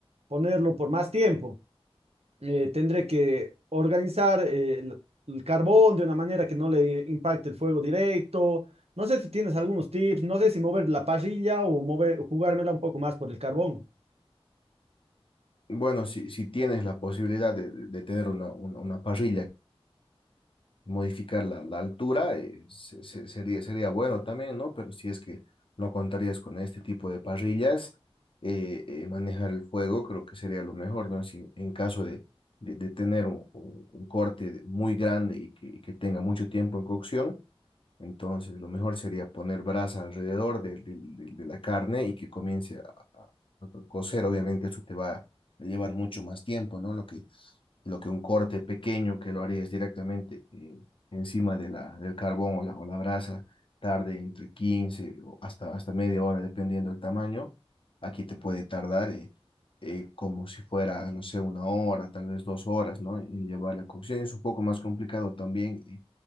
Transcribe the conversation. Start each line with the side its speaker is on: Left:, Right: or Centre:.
Right: ponerlo por más tiempo? eh, tendré que organizar eh, el, el carbón de una manera que no le impacte el fuego directo. No sé si tienes algunos tips, no sé si mover la parrilla o mover, jugármela un poco más por el carbón.
Left: Bueno, si, si tienes la posibilidad de, de- de tener una, una, una parrilla modificar la, la altura, eh, se- se- sería, sería bueno también, ¿no? Pero si es que no contarías con este tipo de parrillas, eh, eh, manejar el fuego creo que sería lo mejor, ¿no? Si en caso de, de, de tener un, un- un corte de- muy grande y que, y que tenga mucho tiempo en cocción, entonces, lo mejor sería poner brasa alrededor de del- del- de, la carne y que comience a, a- a cocer. Obviamente, eso te va a llevar mucho más tiempo, ¿no? Lo que, lo que un corte pequeño que lo harías directamente eh, encima de la, del carbón o la, o la brasa, tarde entre 15 o hasta, hasta media hora, dependiendo del tamaño. Aquí te puede tardar eh, eh, como si fuera, no sé, una hora, tal vez dos horas, ¿no? En llevar la cocción. Es un poco más complicado también eh,